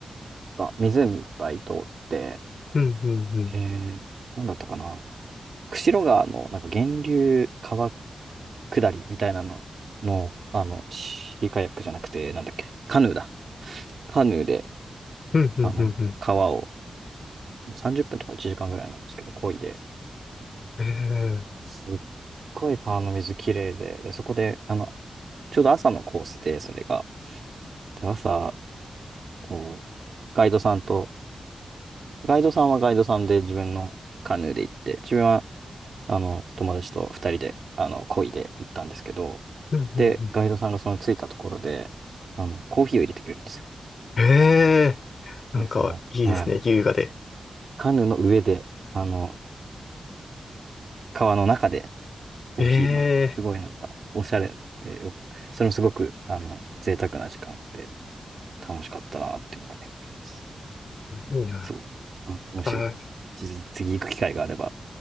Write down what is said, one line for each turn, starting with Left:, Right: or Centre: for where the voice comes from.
Right: が湖いっぱい通って、
Left: うんうんうん。
Right: えー、なんだったかな。釧路川のなんか源流川下りみたいなのの、あの、シーカヤックじゃなくて、なんだっけ、カヌーだ。カヌーで、
Left: うんうんうんうん。
Right: あの、川を30分とか1時間ぐらいなんですけど、漕いで、
Left: ええー。
Right: すっごい川の水きれいで、で、そこで、あの、ちょうど朝のコースで、それが。で、朝、こう、ガイドさんと、ガイドさんはガイドさんで自分のカヌーで行って、自分は、あの、友達と2人で、あの、漕いで行ったんですけど、
Left: うんうんうん。
Right: で、ガイドさんがその着いたところで、あの、コーヒーを入れてくれるんですよ。
Left: ええー。
Right: で、
Left: なんか、
Right: その、
Left: いいですね、
Right: はい。
Left: 優雅で。
Right: カヌーの上で、あの、川の中でコーヒーの、
Left: ええ
Right: すごいなんか、おしゃれでよ、それもすごく、あの、贅沢な時間で、楽しかったなって思い出があります。
Left: ー。いいな。
Right: そう。あ、もし、
Left: あ、
Right: 次次行く機会があれば、